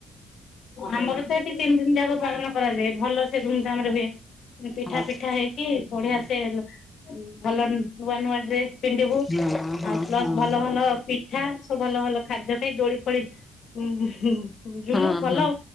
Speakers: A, on the left; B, on the left.
A: ଆମର ତ ଏଠି ତିନି ତିନି ଜାକ ପାଳନ କରାଯାଏ ଭଲ ସେ ଧୁମଧାମ ରେ ହୁଏ। ପିଠା
B: ହଁ
A: ଫିଠା ହେଇକି ବଢିଆ ସେ ଭଲ ନୂଆ ନୂଆ ଡ୍ରେସ ପିନ୍ଧିବୁ
B: ହଁ ହଁ ହଁ
A: ଆଉ ପ୍ଲସ ଭଲ ଭଲ ପିଠା ସବୁ ଭଲ ଭଲ ଖାଦ୍ୟ ଖାଇ ଦୋଳି ଫୋଳି ହୁଁ ହୁଁ ଜୁଲୁ
B: ହଁ
A: ଭଲ
B: ହଁ